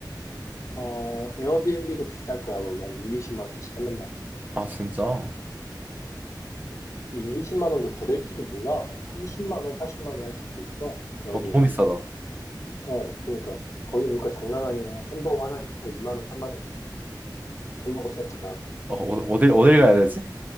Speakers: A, on the left; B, on the right.
A: 어, 에어비앤비도 비쌀 거야. 거기 한 1, 20만 원씩 한단 말이야.
B: 아, 진짜. 어,
A: 1, 20만 원도 더 될지도 몰라. 한 30만 원, 40만 원 할 수도 있어. 에어비앤비.
B: 너무 비싸다. 어,
A: 어, 그러니까 거기 물가 장난 아니야. 햄버거 하나에 2만 원, 3만 원이야. 햄버거 세트가.
B: 어- 어딜, 어딜 가야 되지?